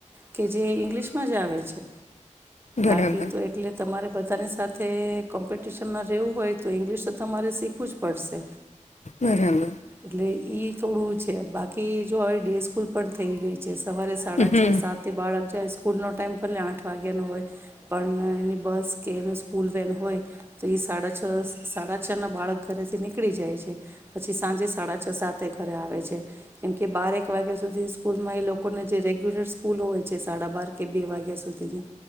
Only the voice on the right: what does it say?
કે જે ઇંગ્લિશમાં જ આવે છે.
બાકી તો એ એટલે તમારે બધાની સાથે કોમ્પિટિશનમાં રહેવું હોય તો ઇંગ્લિશ તો તમારે શીખવું જ પડશે.
એટલે એઈ થોડું છે બાકી જો હવે ડે સ્કૂલ પણ થઈ ગઈ છે. સવારે સાડા
છ સાત બાળક જાય સ્કૂલ નો ટાઈમ પલે આઠ વાગ્યાનો હોય પણ એની બસ કે એનો સ્કૂલ વેન હોય તો એ સાડા છ સાડા છ ના બાળક ઘરેથી નીકળી જાય છે. પછી સાંજે સાડા છ સાત તે ઘરે આવે છે કેમ કે બારક વાગ્યા સુધી સ્કૂલમાં એ લોકોને જે રેગ્યુલર સ્કૂલ હોય છે સાડા બાર કે બે વાગ્યા સુધીની